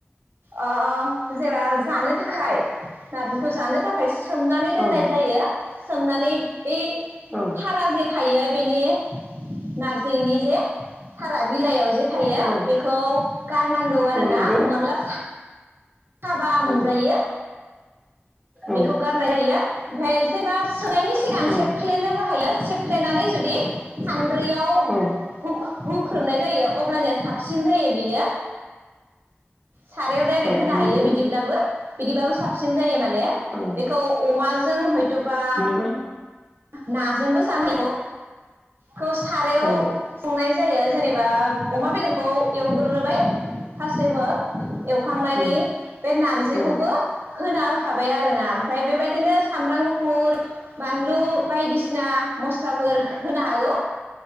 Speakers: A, on the right; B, in the centre.
A: ओ जेबा जानो थाखाय नारजिखौ जानो थाखायस सोमनानै दोननाय
B: औ
A: जायो। सोमनानै बे
B: औ
A: थारा जे थायो बेनि नारजिनि जे थारा बिलाइयाव जे थायो
B: औ
A: बेखौ गारनांगौ आरोना
B: औ नंगौ
A: नङाब्ला सा हाबा मोनजायो
B: औ औ
A: बेखौ गारनाय जायो। ओमफाय सैबास सोनायनि सिगां
B: औ
A: सेफ्लेनो हायो। सेफ्लेनानै जुदि सान <unintelligible>
B: औ
A: हुख हुख्रोमनाय जायो अब्लानिया साबसिन जायो बियो सारायाव दा
B: औ
A: होनो
B: नंगौ
A: हायो बिदिब्लाबो। बिदिबाबो साबसिन जायो माने
B: औ
A: बेखौ अमाजों हयथबा
B: नंगौ
A: नाजोंबो जानो हागौ। खौ सारायाव
B: औ
A: संनाय जायो जेनेबा अमा बेदरखौ एवग्रो बाय फार्स्टेबार एवखांनानै
B: उम
A: बे नारजिखौबो
B: औ
A: होना होखाबाय आर ना ओमफाय बेबायदिनो सामब्राम गुफ फुर बानलु बायदिसिना मस्लाफोर होनो हागौ।